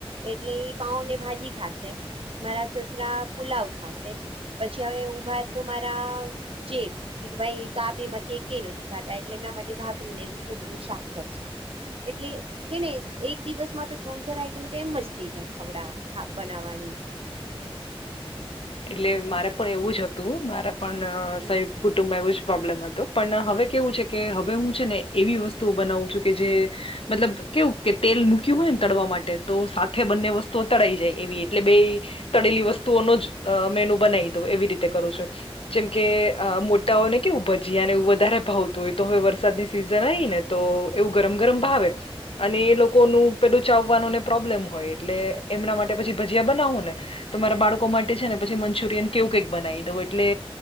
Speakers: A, on the right; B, on the left.
A: એટલે પાઉ ને ભાજી ખાશે મારા સસરા પુલાવ ખાશે. પછી હવે ઉભા તો મારા જેટ ભાઈ તો આ બે માંથી કે કે નથી ખાતા એટલે એમના માટે ભાખરીને કોબી નું શાક કરશું એટલે કે ને એક દિવસમાં તો ત્રણ ચાર આઈટમ તો એમ જ થઈ જાય ખવડાવવા ની બનાવવાની
B: એટલે મારે પણ એવું જ હતું મારા પણ
A: હમ
B: સંયુક્ત કુટુંબમાં એવો જ પ્રોબ્લેમ હતો પણ હવે કેવું છે કે હવે હું છે ને એવી વસ્તુ બનાવું છું કે જે મતલબ કેવું કે તેલ મૂક્યું હોય ને તળવા માટે તો સાથે બંને વસ્તુઓ તળાઈ જાય એવી એટલે બે તળેલી વસ્તુઓનો જ મેનુ બનાવી દઉં એવી રીતે કરુ છું. જેમ કે મોટા હોય ને કેવું ભજીયાને એું વધારે ભાવતું હોય તો હવે વરસાદની સિઝન આવી ને તો એવું ગરમ ગરમ ભાવે અને એ લોકો ન પેલું ચાવવાનુંને પ્રોબ્લેમ હોય એટલે એમના માટે પછી ભજીયા બનાવો ને તમારા બાળકો માટે પછી મંચુરિયન કેવું કઈક બનાવી દઉ એટલે